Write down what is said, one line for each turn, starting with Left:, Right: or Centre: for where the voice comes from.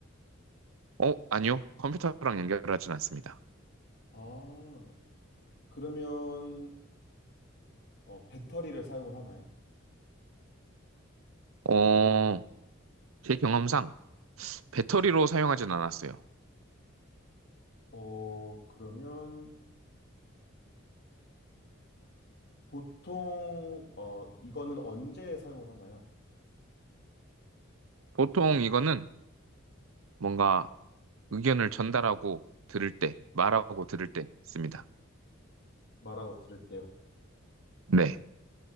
Right: 어, 아니요. 컴퓨터랑 연결하진 않습니다.
Left: 아, 그러면 어, 배터리를 사용을 하나요?
Right: 어, 제 경험상 배터리로 사용하진 않았어요.
Left: 어, 그러면 보통 어, 이거는 언제 사용을 하나요?
Right: 보통 이거는 뭔가 의견을 전달하고 들을 때, 말하고 들을 때 씁니다.
Left: 말하고 들을 때요.
Right: 네.